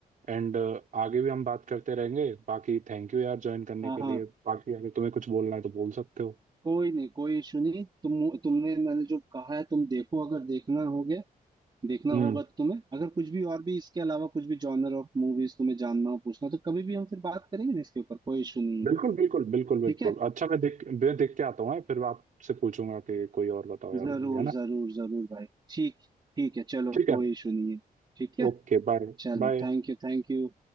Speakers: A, on the right; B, on the right.
A: एंड आगे भी हम बात करते रहेंगे बाकी थैंक यू यार ज्वाइन करने
B: हाँ
A: के
B: हाँ
A: लिए बाकी अगर तुम्हें कुछ बोलना है तो बोल सकते हो
B: कोई नहीं कोई इशू नहीं तुम तुमने मैंने जो कहा है तुम देखो अगर देखना हो गया देखना
A: हम्म
B: होगा तुम्हें अगर कुछ भी और भी इसके अलावा कुछ भी जॉनर ऑफ मूवीज तुम्हें जानना हो पूछना हो तो कभी भी हम फिर बात करेंगे ना इसके ऊपर कोई इशू नहीं है
A: बिल्कुल बिल्कुल बिल्कुल बिल्कुल
B: ठीक है
A: अच्छा मैं देख मैं देख के आता हूँ फिर आपसे पूछूंगा कि कोई और बताओ यार
B: जरूर
A: मुझे है ना
B: जरूर जरूर भाई ठीक ठीक है चलो
A: ठीक
B: कोई
A: है
B: इशू नहीं है ठीक है
A: Okay bye
B: चलो
A: बाय
B: thank you thank you